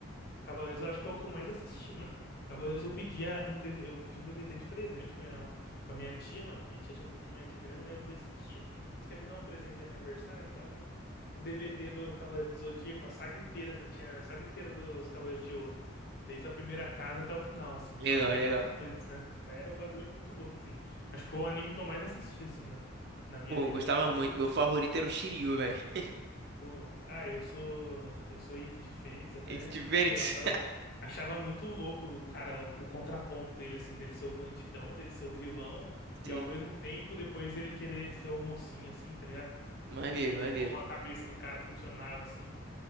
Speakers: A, on the left; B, on the right.
A: Cavaleiros eu acho que é o que eu mais assisti, mano. Cavaleiros eu pedia um DV eu pedi um DVD de presente pra minha, pra minha tia, mano. Minha tia tinha um pouquinho mais de grana, e eu falei assim, tia, você quer me dar um presente de aniversário? Me dá um, um DVD do Cavaleiro do Zodíaco, a saga inteira do, tinha a saga inteira dos Cavaleiros de Ouro. Desde a primeira casa até o final, assim.
B: Legal,
A: Só não pegava
B: legal.
A: antes, né? Mas era um bagulho muito louco, assim. Acho que foi o anime que eu mais assisti, assim, na, na minha
B: Pô,
A: vida.
B: eu gostava
A: Deve ter
B: muito.
A: sido
B: Meu favorito era o Shiryu, velho. <laughs>
A: Pô, mano. Ah, eu sou. Eu sou Ike de Fênix até,
B: Steve
A: até
B: Fênix.
A: morreu. Achava, achava muito louco o cara, o, o contraponto dele, assim, dele ser o bandidão, dele ser o vilão,
B: <laughs>
A: e
B: Sim.
A: ao mesmo tempo depois ele querer ser o mocinho, assim, tá ligado?
B: Maneiro,
A: Entender
B: maneiro.
A: como a cabeça do cara funcionava, assim.